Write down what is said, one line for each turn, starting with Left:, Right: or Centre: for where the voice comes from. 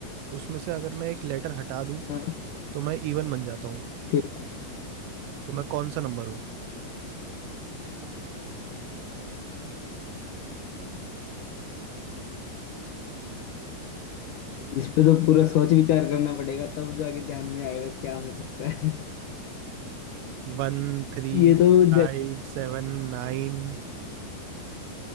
Right: उसमें से अगर मैं एक लेटर हटा दूँ
Left: हाँ
Right: तो मैं इवन बन जाता हूँ
Left: ठीक है
Right: तो मैं कौन सा नंबर हूँ
Left: इस पे तो पूरा सोच विचार करना पड़ेगा तब जाके ध्यान में आएगा क्या हो सकता है <laughs>
Right: One three
Left: ये तो
Right: five
Left: ज-
Right: seven nine